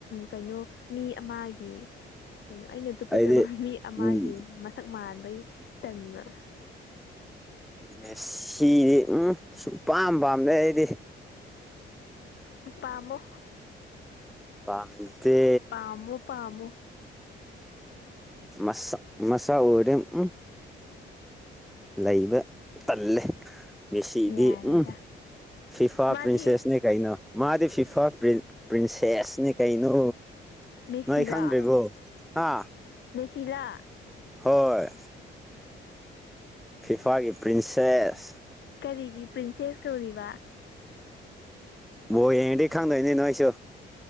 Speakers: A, on the left; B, in the centre.
A: ꯀꯩꯅꯣ ꯃꯤ ꯑꯃꯒꯤ ꯀꯩꯅꯣ ꯑꯩꯅ ꯇꯨꯀꯠꯆꯕ
B: ꯑꯩꯗꯤ
A: ꯃꯤ ꯑꯃꯒꯤ
B: ꯎꯝ
A: ꯃꯁꯛ ꯃꯥꯟꯕꯩ ꯇꯟꯕ
B: ꯃꯦꯁꯤꯗꯤ ꯎꯝ ꯁꯨꯝ ꯄꯥꯝ ꯄꯥꯝꯗ ꯑꯩꯗꯤ
A: ꯄꯃ
B: ꯄꯥꯝꯗꯦ
A: ꯄꯥꯝꯣ ꯄꯥꯝꯃꯨ
B: ꯃꯁꯥ ꯃꯁꯥ ꯑꯣꯏꯔ ꯎꯝ ꯂꯩꯕ ꯇꯜꯂꯦ ꯃꯦꯁꯤꯗꯤ
A: ꯌꯥꯔꯦꯗ
B: ꯎꯝ ꯐꯤꯐꯥ
A: ꯃꯥꯒꯤ
B: ꯄ꯭ꯔꯤꯟꯁꯦꯁꯅꯦ ꯀꯩꯅꯣ ꯃꯥꯗꯤ ꯐꯤꯐꯥ ꯄ꯭ꯔꯤꯟꯁꯦꯁꯅꯤ ꯀꯩꯅꯣ
A: ꯃꯦꯁꯤꯂꯥ
B: ꯅꯣꯏ ꯈꯪꯗ꯭ꯔꯤꯔꯤꯕꯣ ꯍꯥ
A: ꯄ ꯁꯤꯂ
B: ꯍꯣꯏ ꯐꯤꯐꯥꯒꯤ ꯄ꯭ꯔꯤꯟꯁꯦꯁ
A: ꯀꯔꯤꯒꯤ ꯄ꯭ꯔꯤꯟꯁꯦꯁ ꯀꯧꯔꯤꯕ
B: ꯕꯣ ꯑꯦꯗꯤ ꯈꯪꯗꯣꯏꯅꯦ ꯅꯣꯏꯁꯨ